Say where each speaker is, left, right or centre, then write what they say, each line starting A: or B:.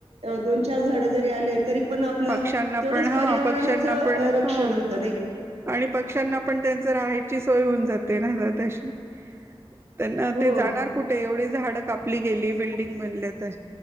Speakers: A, on the right; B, on the right.
A: दोन चार झाड जरी आले तरी पण आपलं
B: पक्ष्यांना
A: तेवढंच
B: पण हा
A: पर्यावरणाचं
B: पक्ष्यांना पण
A: रक्षण
B: हा
A: होत.
B: आणि पक्ष्यांना पण त्यांच राहायची सोय होऊन जाते ना तशी. त्यांना
A: हो.
B: ते जाणार कुठे एवढेच झाडं कापली गेली बिल्डिंग बनल्या तर